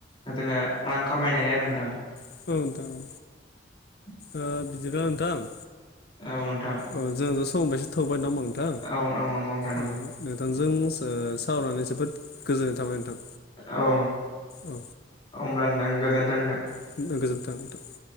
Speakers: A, on the left (about 30°); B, on the left (about 55°).
A: जोङो रां खामायनो हायो आरो नोंथां
B: औ नोंथां औ
A: <inaudible>
B: ओ बिदिबा नोंथां
A: औ नोंथां
B: औ जोंहाथ' समाव बेसे थौबाय नामा नोंथां
A: औ औ नंगौ नोंथां नंगौ
B: औ नोंथांजों सावनानै जोबोद गोजोननाय थाबाय नोंथां
A: औ
B: औ
A: अब्ला नोंथां गोजोनथों नोंथां
B: गोजोनथों